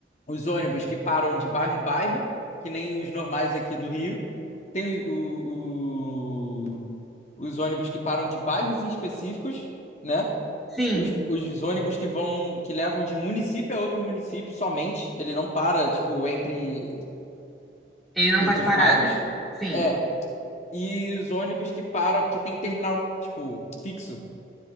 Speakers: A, on the left; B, in the centre.
A: os ônibus que param de bairro em bairro, que nem os normais aqui do Rio. Tem o, o- o- os ônibus que param de bairros em específicos, né?
B: sim,
A: Os, os ônibus que vão, que levam de município a outro município somente. Ele não para, tipo, entre
B: ele não
A: entre
B: faz paradas.
A: os bairros.
B: Sim.
A: É. E os ônibus que param, que tem terminal, tipo, fixo.